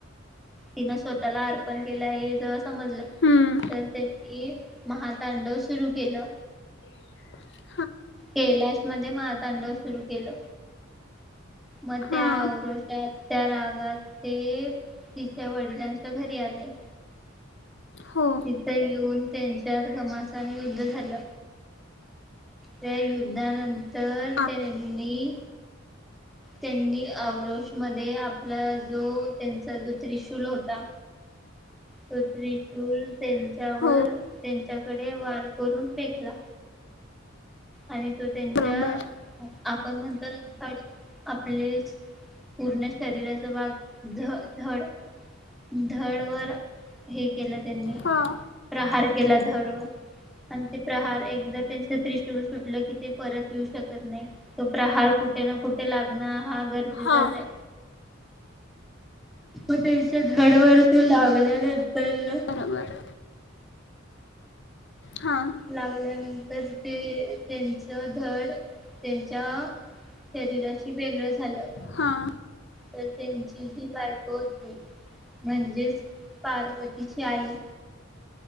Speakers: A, in the centre; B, on the left (about 60°).
A: तिनं स्वतःला अर्पण केलं आहे हे जेव्हा समजलं
B: हम्म.
A: तर त्यांनी महातांडव सुरू केलं.
B: <unintelligible>
A: कैलाश मध्ये महातांडव सुरू केलं मग त्या
B: हां
A: औरोषात त्या रागात ते तिच्या वडिलांच्या घरी आले.
B: हो
A: तिथं येऊन त्यांच त्यात घमासाने युद्ध झालं. त्या युद्धानंतर
B: हां
A: त्यांनी त्यांनी आवरोष मध्ये आपला जो त्यांचा जो त्रिशूल होता तो त्रिशूल त्यांच्यावर
B: हो
A: त्यांच त्याकडे वार करून फेकला आणि तो त्यांच्या
B: बरोबर
A: आप पण म्हणतो ना धड आपले पूर्ण शरीराचा भाग झ धड धड वर हे केलं त्यांनी.
B: हां
A: प्रहार केला धडवर आणि ते प्रहार एकदा त्यांच त्रिशूल सुटलं की, ते परत येऊ शकत नाही. तो प्रहार कुठे ना कुठे लागण हा- गरजेचंच
B: हां
A: आहे. म त्याच्या धड वर ती लाग- <unintelligible>
B: बरोबर. हां
A: लागल ना. तर ते त्यांच धड त्यांच्या शरीराशी वेगळं झालं.
B: हां
A: तर त्यांची जी बायको होती म्हणजेच पार्वतीची आई-